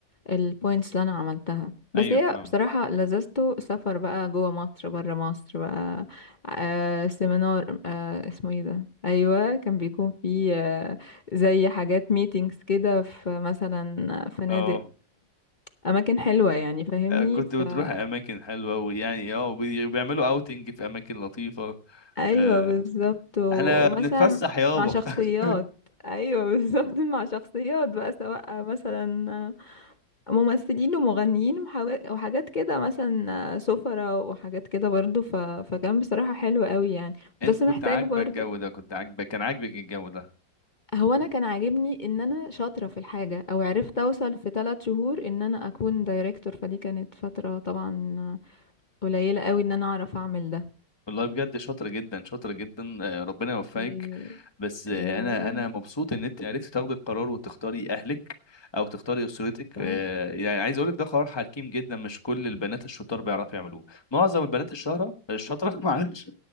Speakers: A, on the left; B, on the left.
A: البوينتس اللي انا عملتها بس
B: ايوه
A: هي
B: فاهم
A: بصراحة لذته سفر بقى جوه مصر بره مصر بقى آه سيمينار آه اسمه ايه ده ايوه كان بيكون فيه آه زي حاجات ميتينجز كده في مثلا فنادق
B: اه
A: اماكن حلوة يعني فاهمني
B: آه، كنت
A: فا
B: بتروح اماكن حلوه ويعني اه وبي- وبيعملوا اوتنج في اماكن لطيفه
A: ايوه
B: آه،
A: بالظبط ومثلا
B: احنا بنتفسح يابا
A: مع شخصيات
B: <laughs>
A: ايوه <laughs> بالظبط مع شخصيات بقى سواء مثلا ممثلين ومغنيين وحاجات وحاجات كده مثلا سفرة وحاجات كده برضو ف... فكان بصراحة حلو قوي يعني
B: انت
A: بس
B: كنت
A: محتاج
B: عاجبك
A: برضو
B: الجو ده كنت عاجبك كان عاجبك الجو ده
A: هو انا كان عاجبني ان انا شاطرة في الحاجة او عرفت اوصل في ثلاث شهور ان انا اكون دايركتور فدي كانت فترة طبعا قليلة قوي ان انا اعرف اعمل ده
B: والله بجد شاطرة جدا شاطرة جدا آه، ربنا يوفقك
A: ايوه
B: بس آه،
A: يا
B: انا
A: رب
B: انا مبسوط ان انت عرفتي تاخدي القرار وتختاري اهلك او تختاري اسرتك
A: صح
B: آه، يعني عايز اقول لك ده قرار حكيم جدا مش كل البنات الشطار بيعرفوا يعملوه معظم البنات الشاطره الشاطره <laughs> معلش